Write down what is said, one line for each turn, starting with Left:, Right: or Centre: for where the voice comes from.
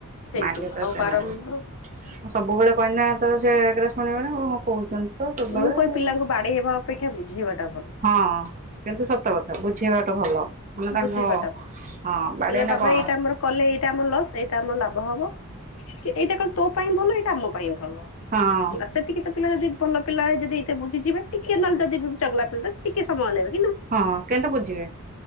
Left: ହେଇଥିବ
Right: ମାଝେଟେ
Left: ଆଉ
Right: ସେ
Left: ବାରମ୍ବାର
Right: ନେବ ସବୁବେଳେ କହିନା ତ ସେ ଶୁଣିବନି ହଁ କହୁଛନ୍ତି। ତ ସବୁବେଳେ
Left: ମୁଁ କହେ ପିଲାଙ୍କୁ ବାଡେଇବା ଅପେକ୍ଷା ବୁଝେଇବାଟା ଭଲ।
Right: ହଁ କିନ୍ତୁ ସତ କଥା ବୁଝେଇବା ଟା ଭଲ। ମାନେ ତାଙ୍କ
Left: ବୁଝେଇବା
Right: ହଁ
Left: ଭଲ
Right: ବାଡେଇଲେ
Left: ପିଲା ବାବା
Right: କଣ
Left: ଏଇଟା ଆମର କଲେ ଏଇଟା ଆମର ଲସ୍ ଏଇଟା ଆମର ଲାଭ। ହଁ ବ ଏଇଟା କଣ ତୋ ପାଇଁ ଭଲ ଏଇଟା ଆମ ପାଇଁ ଭଲ
Right: ହଁ
Left: ନା ସେତିକି ତ। ପିଲାଜଦି ଭଲ ପିଲା ସେ ବୁଝି ଯବେ ଟିକେ ନହେଲେ ଜଦି ଚଗଲା ପିଲାତ ଟିକେ ସମୟ ଲାଗିବ।
Right: ହଁ କିନ୍ତୁ ବୁଝିବେ